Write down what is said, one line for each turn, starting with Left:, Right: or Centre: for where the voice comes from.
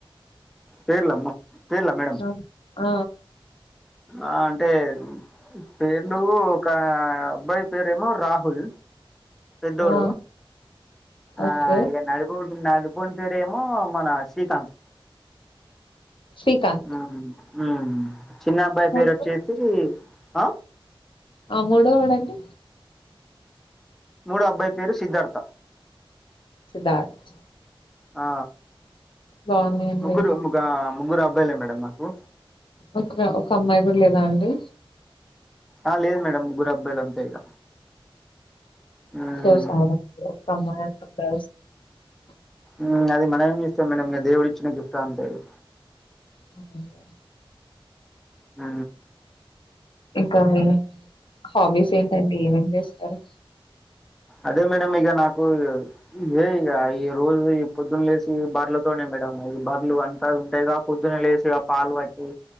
Centre: పేర్ల అమ్మ పేర్లా మేడం
Left: ఆ ఆ
Centre: ఆ అంటే పేర్లు ఒక అబ్బాయి పేరేమో రాహుల్ పెద్దోడు
Left: ఆ, ఓకే
Centre: ఆ ఇగ నడిపోడ్ ఉ నడిపోని పేరు ఏమో మన శ్రీకాంత్
Left: శ్రీకాంత్
Centre: ఆ ఆ చిన్న అబ్బాయి
Left: మూడో-
Centre: పేరు ఒచ్చేసి ఆ
Left: ఆ మూడో వోడు అంటే
Centre: మూడో అబ్బాయి పేరు సిద్ధార్థ
Left: సిద్ధార్త్
Centre: ఆ
Left: బాగున్నాయండి.
Centre: ముగ్గురు ముగ్గా ముగ్గురు అబ్బాయిలే మేడం నాకు
Left: ఒక్క ఒక్క అమ్మాయి గూడ్ లేదా అండి
Centre: ఆ లేదు మేడం ముగురు అబ్బాయిల్ అంతే ఇగ మ్మ్
Left: సో స్యాడా ఒక్ అమ్మాయి గన్ <unintelligible>
Centre: మ్మ్ అది మనం ఏం జెస్తం మేడం ఆ దేవుడిచ్చన గిఫ్ట్ అంతేగా
Left: మాముల్గా
Centre: ఆ
Left: ఇంకా మీ హాబీస్ ఏంటండి ఏమేం జేస్తరు
Centre: అదే మేడం ఇగ నాకు ఇదే ఇగ ఈ రోజు ఈ పొద్దున్ లేసి బర్లతో నేన్ మేడం అవి బర్లు అంతా ఉంటాయిగా పొద్దున లేసీ ఆ పాలు వట్టి